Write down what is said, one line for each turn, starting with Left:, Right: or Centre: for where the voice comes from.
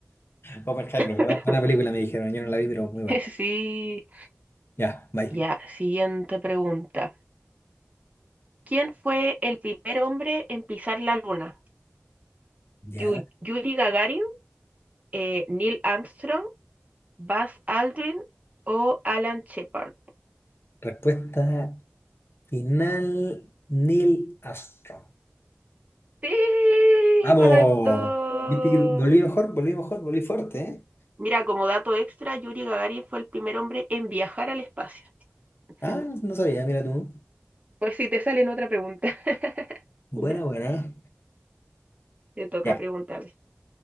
Left: Oppenheimer,
Right: <laughs>
Left: buena, buena película me dijeron. Yo no la vi, pero muy buena.
Right: Sí.
Left: Ya, bye.
Right: Ya, siguiente pregunta. ¿Quién fue el primer hombre en pisar la luna?
Left: Ya.
Right: Yu- ¿Yuri Gagarin, eh, Neil Armstrong, Buzz Aldrin o Alan Shepard?
Left: Respuesta final, Neil Armstrong.
Right: Sí,
Left: ¡Vamos!
Right: correcto.
Left: ¿Viste que volví mejor? Volví mejor, volví fuerte, ¿eh?
Right: Mira, como dato extra, Yuri Gagarin fue el primer hombre en viajar al espacio.
Left: Ah,
Right: <laughs>
Left: no no sabía, mira tú.
Right: Pues si te salen otra pregunta. <laughs>
Left: Buena,
Right: Ya,
Left: buena.
Right: te toca
Left: Ya,
Right: preguntarme.